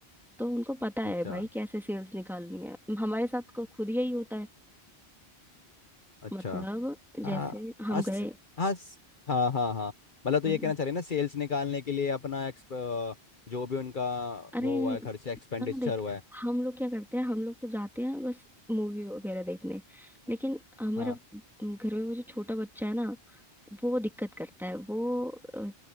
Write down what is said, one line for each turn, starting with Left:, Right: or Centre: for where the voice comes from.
Centre: तो उनको पता है
Left: अच्छा
Centre: भाई कैसे सेल्स निकालनी है हमारे साथ को खुद यही होता है
Left: अच्छा
Centre: मतलब जैसे
Left: हाँ
Centre: हम
Left: अस
Centre: गए
Left: अस हाँ हाँ हाँ मतलब तो
Centre: मतलब
Left: ये कहना चाह रहे हैं ना सेल्स निकालने के लिए अपना एक्सप अ, जो भी उनका
Centre: अरे
Left: वो हुआ है खर्चा एक्सपेंडिचर
Centre: है ना देख
Left: हुआ है
Centre: हम लोग क्या करते हैं हम लोग तो जाते हैं बस मूवी वगैरह देखने लेकिन हमारे
Left: हाँ
Centre: घर में वो जो छोटा बच्चा है ना वो दिक्कत करता है वो अ,